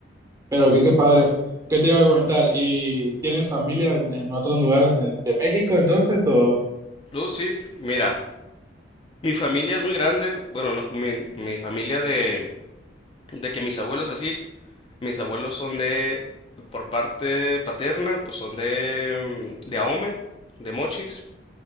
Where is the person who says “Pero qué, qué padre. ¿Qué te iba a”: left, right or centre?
Right